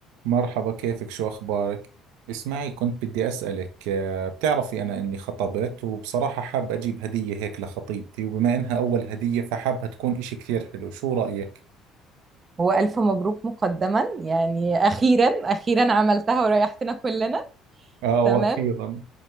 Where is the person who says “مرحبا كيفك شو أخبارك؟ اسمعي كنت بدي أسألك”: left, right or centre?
Right